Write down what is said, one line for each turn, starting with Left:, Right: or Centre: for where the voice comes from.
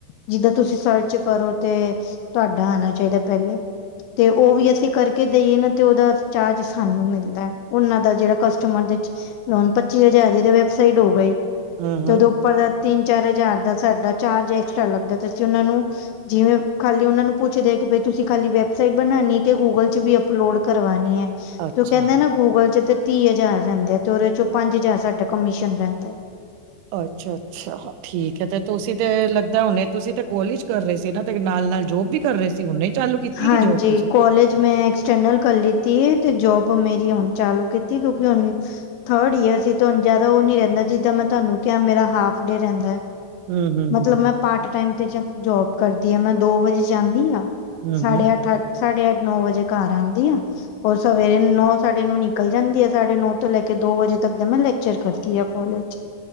Left: ਜਿੱਦਾਂ ਤੁਸੀਂ ਸਰਚ ਕਰੋ ਤੇ, ਤੁਹਾਡਾ ਆਣਾ ਚਾਹੀਦਾ ਪਹਿਲੇ। ਤੇ ਉਹ ਵੀ ਅਸੀਂ ਕਰਕੇ ਦੇਈਏ ਨਾ, ਤੇ ਉਹਦਾ ਚਾਰਜ ਸਾਨੂੰ ਮਿਲਦਾ, ਉਨਨਾਂ ਦਾ ਜਿਹੜਾ ਕਸ ਟਮਰ ਲੋਨ, ਪੱਚੀ ਹਜ਼ਾਰ ਦੀ ਤੇ ਵੈਬਸਾਈਟ ਹੋ ਗਈ
Right: ਹੂੰ ਹੂੰ
Left: ਤੇ ਉਦੋਂ ਉੱਪਰ ਦਾ ਤਿੰਨ-ਚਾਰ ਹਜ਼ਾਰ ਦਾ ਸਾਡਾ ਚਾਰਜ ਐਕਸਟਰਾ ਲੱਗਦਾ ਤੇ, ਅਸੀਂ ਉਹਨਾਂ ਨੂੰ ਜਿਵੇਂ ਖਾਲੀ ਉਹਨਾ ਨੂੰ ਪੁੱਛਦੇ ਕਿ, ਤੁਸੀਂ ਖਾਲੀ ਵੈਬਸਾਈਟ ਬਣਾਣੀ ਕਿ, ਗੂਗਲ ਚ ਵੀ ਅਪਲੋਡ ਕਰਵਾਣੀ ਹੈ।
Right: ਅੱਛਾ।
Left: ਤੇ ਕਹਿੰਦੇ ਨਾ ਗੂਗਲ ਚ ਤੇ ਤੀਹ ਹਜ਼ਾਰ ਰਹਿੰਦੇ ਆ ਉਹਦੇ ਚੋਂ ਪੰਜ ਹਜ਼ਾਰ ਸਾਡਾ ਰਹਿੰਦਾ।
Right: ਅੱਛਾ-ਅੱਛਾ ਠੀਕ ਹੈ, ਤੇ ਤੁਸੀਂ ਤੇ ਲੱਗਦਾ ਹੁਣੇ ਤੁਸੀਂ ਤੇ ਕੌਲਜ ਕਰ ਰਹੇ ਸੀ ਨਾ, ਤੇ ਨਾਲ-ਨਾਲ ਜੋਬ ਵੀ ਕਰ ਰਹੇ ਸੀ ਹੁਣੇ। ਚਾਲੂ ਕੀਤੀ
Left: ਹਾਂਜੀ
Right: ਕਿ ਜੋਬ ਤੁਸੀਂ।
Left: ਕੌਲਜ ਮੈਂ, ਐਕਸਟਰਨਲ ਕਰ ਲਿੱਤੀ ਐ ਤੇ ਜੋਬ ਮੇਰੀ ਹੁਣ ਚਾਲੂ ਕੀਤੀ, ਕਿਉਂਕਿ ਹੁਣ ਥਰਡ ਈਅਰ ਸੀ, ਤੁਹਾਨੂੰ ਜ਼ਿਆਦਾ ਉਹ ਨੀ ਰਹਿੰਦਾ, ਜਿੱਦਾਂ ਮੈਂ ਤੁਹਾਨੂੰ ਕਿਹਾ ਮੇਰਾ ਹਾਫ ਡੇ ਰਹਿੰਦਾ ਹੈ।
Right: ਹੂੰ ਹੂੰ ਹੂੰ
Left: ਮਤਲਬ ਮੈਂ ਪਾਰਟ ਟਾਈਮ ਤੇ ਜੋਬ ਕਰਦੀ ਆ, ਮੈਂ ਦੋ ਵਜੇ ਜਾਨੀ ਆ
Right: ਹੂੰ
Left: ਸਾਢੇ
Right: ਹੂੰ।
Left: ਅੱਠ-ਅੱਠ ਸਾਢੇ-ਅੱਠ- ਨੌ ਵਜੇ ਘਰ ਆਂਦੀ ਆ। ਉ ਸਵੇਰੇ ਨੌ-ਸਾਢੇ ਨੌ ਨਿਕਲ ਜਾਂਦੀ ਹੈ, ਸਾਢੇ ਨੌ ਤੋਂ ਲੈ ਕੇ ਦੋ ਵਜੇ ਤੱਕ ਦਾ ਮੈਂ ਲੈਕਚਰ ਕਰਦੀ ਆ ਕੌਲਜ 'ਚ।